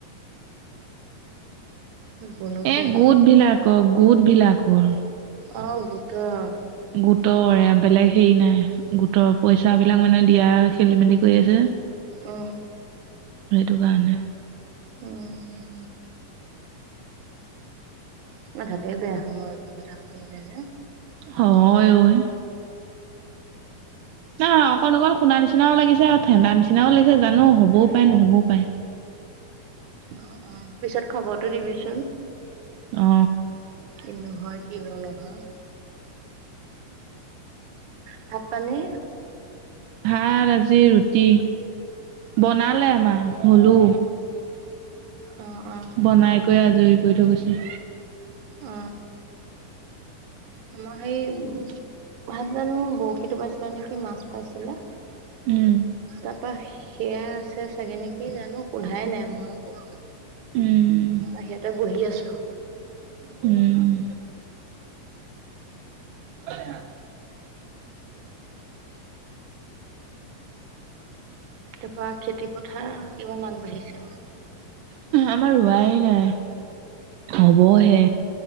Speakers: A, on the right (about 65°); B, on the right (about 80°).
A: উম বোলো
B: এ
A: কিনো
B: গোট ভিলাকৰ গোট ভিলাকৰ
A: অহ গোটৰ
B: গোটৰ এয়া বেলেগ হেৰি নাই গোটৰ পইচা বিলাক মানে দিয়া খেলি মেলি কৰি আছে
A: উম
B: সেইটো কাৰণে
A: উম মাথাটোৱে বেয়া হয় মোৰ এইবোৰ কথা শুনিলে যে
B: নহয় ঐ অ অকণ অকণ শুনা নিচিনাও লাগিছে ঠাণ্ডা নিচিনাও লাগিছে জানো হ'বও পাৰে নহবও পাৰে
A: অ অ পিছত খবৰতো দিবিচোন
B: অ
A: কিনো হয় কিনো নহয় ভাত পানী
B: ভাত আজি ৰুটি বনালে মা হলো
A: অ অ
B: বনাই কৈ আজৰি কৰি থৈ গৈছে
A: অ আমাৰ সেই উ ভাত জানো বৰশীটো পাইছিলে নেকি মাছ পাইছিলে তাৰাপা
B: উম
A: সেয়া আছে চাগে নেকি জানো সোধাই নাই মই আকৌ
B: উম
A: বাহিৰতে বহি আছো
B: উম অ দেহা
A: তাৰপা খেতি পথাৰ কিমান আগবাঢ়িছে আও
B: আমাৰ ৰোৱাই নাই হবহে